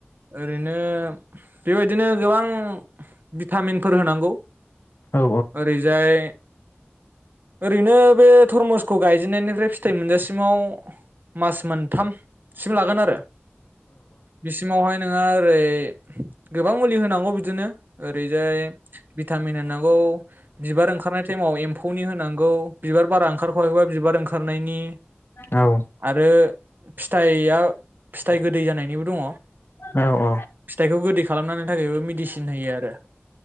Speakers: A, on the right; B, on the left.
A: ओरैनो बेबायदिनो गोबां भिटामिनफोर होनांगौ
B: औ
A: ओरैजाय ओरैनो बे थरमुसखौ गायजेननायनिफ्राय फिथाइ मोनजासिमाव मास मोनथाम सिम लागोन आरो बिसिमावहाय नोंङो ओरै गोबां मुलि होनांगौ बिदिनो ओरैजाय भिटामिन होनाव गौ बिबार ओंखारनाय समाव एम्फौनि होनांगौ बिबार बारा ओंखारा बिबार ओंखारनायनि
B: औ
A: आरो फिथाइआ फिथाइ गोदै जानाय नि दङ
B: औ औ
A: फिथाइखौ गोदै खालामनो थाखायबो मेडिसिन होयो आरो